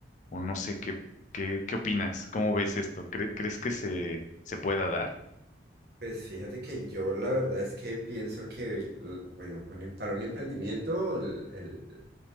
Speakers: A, on the left (about 40°); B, on the right (about 55°).
A: o no sé qué, qué, qué opinas, cómo ves esto, ¿Cre- crees que se, se pueda dar?
B: Pues fíjate que yo la verdad es que pienso que l- bueno, un- para un emprendimiento el- el-